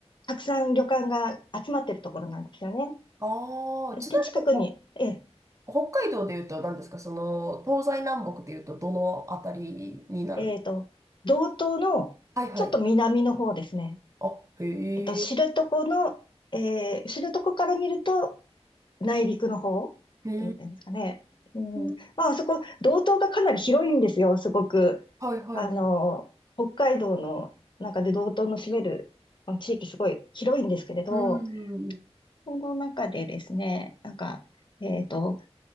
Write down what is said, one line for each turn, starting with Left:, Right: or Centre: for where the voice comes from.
Left: たくさん旅館が集まってるところなんですよね。
Right: ああ、ちなみにほ
Left: で、近くに、え、
Right: 北海道で言うと何ですかその、東西南北で言うとどのあたりになるの
Left: えっと、道東のちょっと南の方ですね。
Right: はいはい。あ、へえ。
Left: えっと、知床の、えー、知床から見ると内陸の方っていうんですかね。
Right: うー
Left: うん。
Right: ん。
Left: まあ、あそこ、道東がかなり広いんですよ、すごく。
Right: はいはいはい。
Left: あの、
Right: う
Left: 北海道の中で道東の占めるまあの地域すごい広いんですけれど、
Right: ーん。
Left: この中でですね、なんか、えっと、